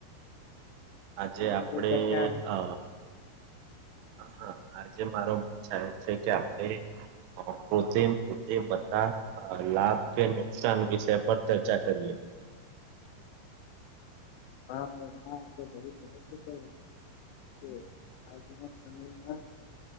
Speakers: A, on the right (about 80°); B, on the left (about 85°).
A: આજે
B: તમને
A: આપડે
B: કોઈ ચર્ચા
A: અ
B: <inaudible>
A: હા, હા. આજે મારો મન થાય છે કે આપણે કૃત્રિમ, કૃત્રિમ, બતા અ લાભ કે નુકસાન વિષય પર ચર્ચા કરીએ.
B: હા, ભાઈ વા તો બુ સર છે ભ છે આજના સમયમાં?